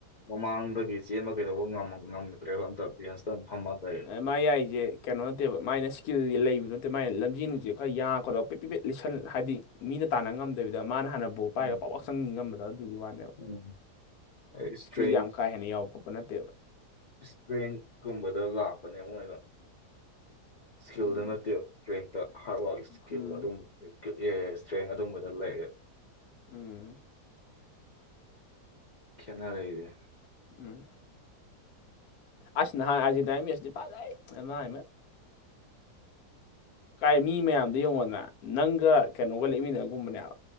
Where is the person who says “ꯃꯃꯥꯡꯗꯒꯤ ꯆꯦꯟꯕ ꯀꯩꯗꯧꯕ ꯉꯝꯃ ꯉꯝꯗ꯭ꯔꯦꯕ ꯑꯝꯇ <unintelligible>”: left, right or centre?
Left